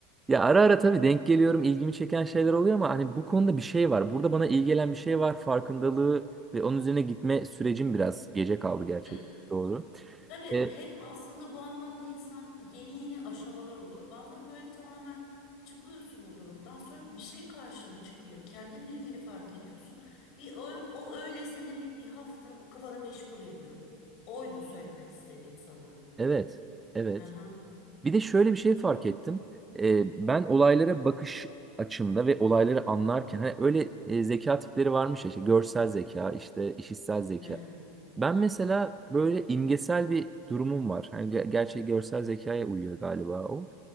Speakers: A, on the right; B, on the left.
A: Ya ara ara tabii denk geliyorum, ilgimi çeken şeyler oluyor ama hani bu konuda bir şey var. Burada bana iyi gelen bir şey var. Farkındalığı ve onun üzerine gitme sürecim biraz gece kaldı gerçekten.
B: Hı.
A: Doğru.
B: Tabii
A: E,
B: hep aslında bu anlamda insan yeni yeni aşamalar oluyor. Bazen böyle tamamen çıkıyorsun o durumdan sonra bir şey karşına çıkıyor. Kendinle ilgili fark ediyorsun. Bir o, o öyle seni bir, bir hafta kafanı meşgul ediyor. Oydu söylemek istediğin sanırım.
A: Evet, evet.
B: Hı hı.
A: Bir de şöyle bir şey fark ettim. Ee, ben olaylara bakış açımda ve olayları anlarken hani öyle e, zeka tipleri varmış ya işte görsel zeka, işte işitsel zeka.
B: Hı hı.
A: Ben mesela böyle imgesel bir durumum var. Hani ger- gerçi görsel zekaya uyuyor galiba o.